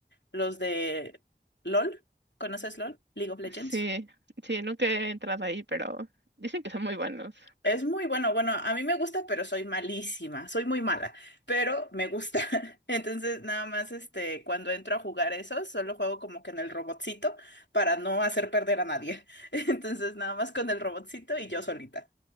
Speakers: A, on the left; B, on the right.
A: los de LOL. ¿Conoces LOL? League of Legends.
B: Sí, sí, nunca he entrado ahí, pero dicen que son muy buenos.
A: Es muy bueno, bueno, a mí me gusta, pero soy malísima, soy muy mala, pero me gusta. <laughs> Entonces, nada más, este, cuando entro a jugar eso, solo juego como que en el robotcito para no hacer perder a nadie. <laughs> Entonces, nada más con el robotcito y yo solita.